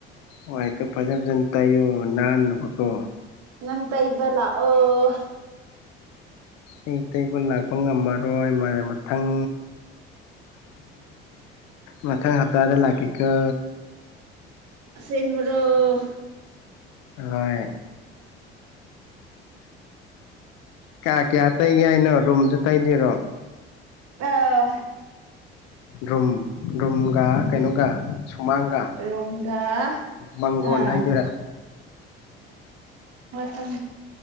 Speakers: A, on the left; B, on the right.
A: ꯍ ꯍꯗꯣ ꯐꯖ ꯐꯖꯅ ꯇꯥꯏꯌꯨ ꯅꯥꯟꯅꯕꯀꯣ
B: ꯅꯪ ꯇ ꯏꯕꯂ ꯑꯣ
A: ꯑꯩ ꯇꯩꯕ ꯂꯥꯛꯄ ꯉꯝꯃꯔꯣꯏ ꯃꯊꯪ ꯃꯊꯪ ꯍꯞꯇꯥꯗ ꯂꯒꯈꯤꯈꯣ
B: ꯑꯁꯦꯡꯕꯔꯣ <inaudible>
A: ꯍꯣꯏ ꯀꯌꯥ ꯀꯌꯥ ꯇꯩꯒꯦ ꯍꯥꯏꯅꯣ ꯔꯨꯝꯁꯨ ꯇꯩꯗꯔꯣ
B: ꯑꯥ
A: ꯔ꯭ꯔꯣꯝ ꯔꯝꯒ
B: ꯎꯝ
A: ꯀꯩꯅꯣꯒ ꯁꯨꯃꯥꯡꯒ
B: ꯔꯣꯡꯒ
A: ꯃꯥꯡꯒꯣꯣꯟ
B: ꯑꯥ
A: ꯍꯥꯏꯗꯣꯏꯔꯥ
B: ꯊꯝ